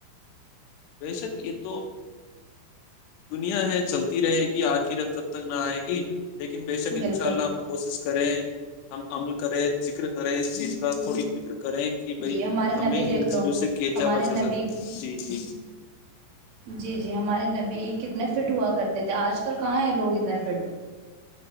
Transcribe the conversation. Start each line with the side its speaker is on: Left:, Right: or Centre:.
Left: ویسک یہ تو دنیا ہے چلتی رہے گی آخرت جب تک نہ آئے گی لیکن بے شک ان
Right: بالکل
Left: شاء اللہ ہم کوشش کریں ہم عمل کریں ذکر کریں اس چیز کا تھوڑی فکر کریں کہ بھائی
Right: جی ہمارے
Left: ہمیں
Right: نبی دیکھ
Left: ان
Right: لو
Left: چیزوں سے کیچا
Right: ہمارے
Left: بچا
Right: نبی
Left: سک جی جی
Right: جی جی ہمارے نبی کتنے فٹ ہوا کرتے تھے آج کل کہاں ہیں لوگ اتنے فٹ